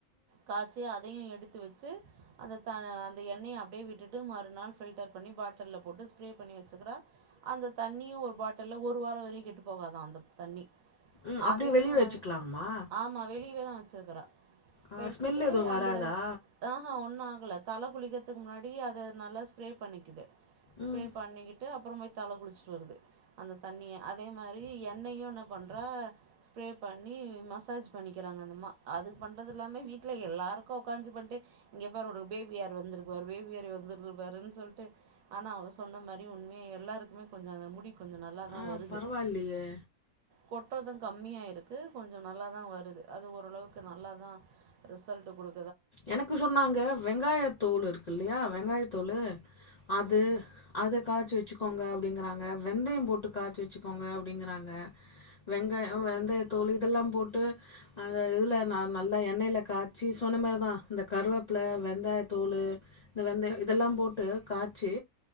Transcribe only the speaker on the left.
ம் அப்டியே
வெளிய
வச்சுக்கலாமா
ஆ
ஸ்மெல் எதுவு வராதா
ம்
ஆ
பரவாயில்லையே
எனக்கு சொன்னாங்க வெங்காய தோல் இருக்கு இல்லியா வெங்காய தோழு அது
அத காச்சு வெச்சு கோங்க அப்டிங்கறாங்க வெந்தம் போட்டு காச்சி வச்சிக்கோங்க அப்டிங்கறாங்க வெங்காயோ வெந்தயதோழு இதெல்லாம் போட்டு அந்த இதுல ந நல்லா எண்ணெய்ல காச்சி சொன்ன மார்தா இந்த கருவப்பில வெங்காயத்தோழு இந்த வெந்தயம் இதெல்லாம் போட்டு காச்சி